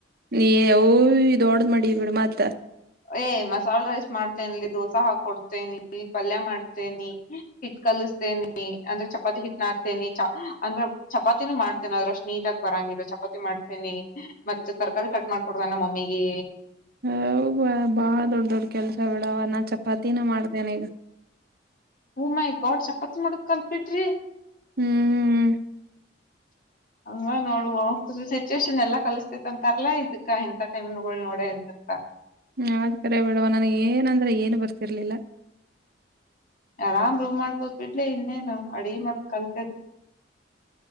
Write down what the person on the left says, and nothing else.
ಏ ಮಸಾಲ್ ರೈಸ್ ಮಾಡ್ತೇನಿ, ಇಲ್ಲಿ ದೋಸಾ ಹಾಕೊಡ್ತೀನಿ, ಪಲ್ಯ ಮಾಡ್ತೇನಿ, ಹಿಟ್ ಕಲಿಸ್ತೇನಿ. ನಿ ಅಂದ್ರೆ ಚಪಾತಿ ಹಿಟ್ ನದ್ತಿನಿ ಚ, ಅಂದ್ರ. ಚಪಾತಿನೂ ಮಾಡ್ತೇನೆ ಅದ್ರೆ ಅಷ್ಟು ನೀಟಾಗಿ ಬರಂಗಿಲ್ಲ ಚಪಾತಿ ಮಾಡ್ತೇನಿ. ಮತ್ತ ತರಕಾರಿ ಕಟ್ ಮಾಡ್ಕೊಡ್ತ ನ ಮಮ್ಮಿಗೆ
ಓ ಮೈ ಗಾಡ್ ಚಪಾತಿ ಮಾಡುದ್ ಕಲ್ತ್ಪಿಟ್ರಿ
ಹಂಗ ನೋಡು ಸಿಚುವೇಶನ್ ಎಲ್ಲಾ ಕಲ್ಸ್ತೇತ್ ಅಂತರ್ಲಾ ಇದಕ್ಕ ಇಂತ ಟೈಮ್ ನೋಡ ಎತ್ತ
ಆರಾಮ್ ರೂಮ್ ಮಾಡ್ಬೋದು ಬಿಡ್ಲೆ ಇನ್ನೇನು ಅಡ್ಗಿ ಮಾಡಕ್ ಕಲ್ತರಿ